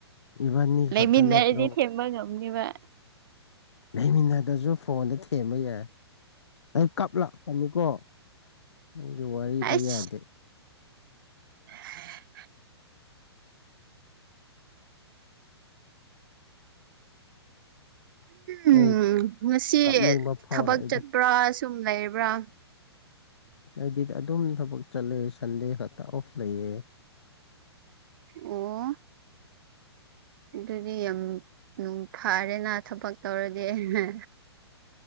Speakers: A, on the left; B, on the right.
A: ꯏꯕꯥꯅꯤ
B: ꯂꯩꯃꯤꯟꯅꯔꯗꯤ
A: ꯈꯛꯇ ꯅꯠꯇ꯭ꯔꯣ
B: ꯊꯦꯝꯕ ꯉꯝꯅꯤꯕ
A: ꯂꯩꯃꯤꯟꯅꯗ꯭ꯔꯁꯨ ꯐꯣꯟꯗ ꯊꯦꯝꯕ ꯌꯥꯏ ꯑꯩ ꯀꯞꯂꯛꯀꯅꯤꯀꯣ ꯅꯪꯒꯤ ꯋꯥꯔꯤꯗꯣ
B: ꯑꯩꯁ
A: ꯌꯥꯗꯦ
B: <inaudible> ꯎꯝ
A: ꯑꯩ
B: ꯉꯁꯤ
A: ꯀꯞꯅꯤꯡꯕ ꯐꯥꯎꯔꯛꯏꯗ
B: ꯊꯕꯛ ꯆꯠꯄ꯭ꯔꯥ ꯁꯨꯝ ꯂꯩꯕ꯭ꯔꯥ
A: ꯑꯩꯗꯤ ꯑꯗꯨꯝ ꯊꯕꯛ ꯆꯠꯂꯦ ꯁꯟꯗꯦ ꯈꯛꯇ ꯑꯣꯐ ꯂꯩꯌꯦ
B: ꯑꯣ ꯑꯗꯨꯗꯤ ꯌꯥꯝ ꯐꯥꯔꯦꯅ ꯊꯕꯛ ꯇꯧꯔꯗꯤ ꯑꯍꯦ